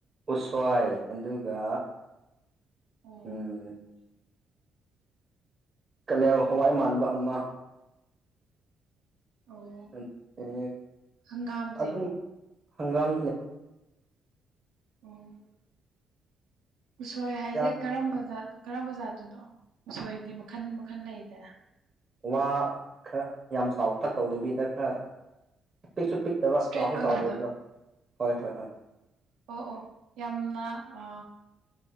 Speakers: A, on the right (about 30°); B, on the right (about 90°).
A: ꯎꯁ꯭ꯋꯥꯏ ꯑꯗꯨꯒ
B: ꯑꯣ
A: ꯎꯝ ꯀꯥꯂꯦꯜ ꯍꯋꯥꯏ ꯃꯥꯟꯕ ꯑꯃ
B: ꯑꯣ
A: <unintelligible>
B: ꯍꯪꯒꯥꯝꯗꯤ
A: ꯑꯗꯨ ꯍꯪꯒꯥꯝ
B: ꯑꯣ ꯎꯁꯣꯏ ꯍꯥꯏꯖꯩ
A: ꯌꯥꯝ
B: ꯀꯔꯝꯕꯗ ꯀꯔꯝꯕ ꯖꯥꯇꯨꯅꯣ ꯎꯁꯣꯏꯗꯤ ꯃꯈꯟ ꯃꯈꯟ ꯂꯩꯗꯅ
A: ꯋꯥ ꯈꯔ ꯌꯥꯝ ꯆꯥꯎꯇꯛ ꯇꯧꯗꯕꯤꯗ ꯈꯔ ꯄꯤꯛꯁꯨ ꯄꯤꯛꯇꯕ
B: ꯏꯁꯇ꯭ꯔꯦꯠ
A: ꯆꯥꯎꯁꯨ
B: ꯑꯣꯏꯕꯗꯣ
A: ꯆꯥꯎꯗꯕꯗꯣ ꯍꯣꯏ ꯍꯣꯏ ꯍꯣꯏ
B: ꯑꯣ ꯑꯣ ꯌꯥꯝꯅꯥ ꯑ